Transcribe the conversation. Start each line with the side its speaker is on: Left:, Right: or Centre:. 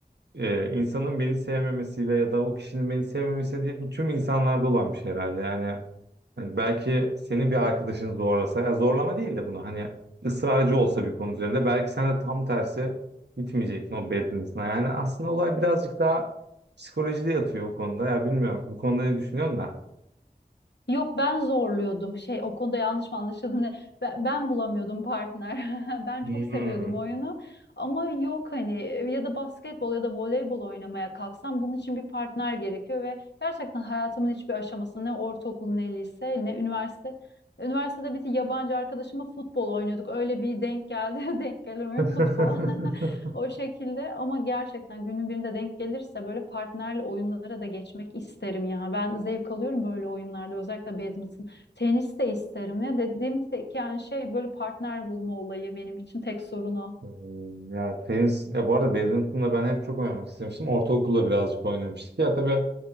Right: e, insanın beni sevmemesiyle ya da o kişinin beni sevmemesi değil bu tüm insanlarda olan bir şey herhalde. Yani hani belki senin bir arkadaşın zorlasa ya zorlama değil de bunu hani ısrarcı olsa bir konu üzerinde belki sen de tam tersi gitmeyecektin o bedrinizine. Yani aslında olay birazcık daha psikolojide yatıyor o konuda. Ya bilmiyorum bu konuda ne düşünüyorsun da.
Left: Yok ben zorluyordum şey o konuda yanlış mı anlaşıldı ne? Ben, ben bulamıyordum partner <laughs> ben
Right: Hmm.
Left: çok seviyordum oyunu ama yok hani ya da basketbol ya da voleybol oynamaya kalksam bunun için bir partner gerekiyor ve gerçekten hayatımın hiçbir aşamasında ne ortaokul ne lise ne üniversite üniversitede bir yabancı arkadaşımla futbol oynuyorduk öyle bir denk geldi <laughs> denk gelen oyun
Right: <laughs>
Left: futbol <laughs> O şekilde ama gerçekten günün birinde denk gelirse böyle partnerle oyunlara da geçmek isterim ya. Ben zevk alıyorum böyle oyunlarda özellikle badminton. Tenis de isterim ya. Dediğim tek yani şey böyle partner bulma olayı benim için tek sorun o.
Right: Hmm, Ya tenis ya bu arada badminton'la ben hep çok oynamak istemiştim. Ortaokulda birazcık oynamıştık. Ya tabii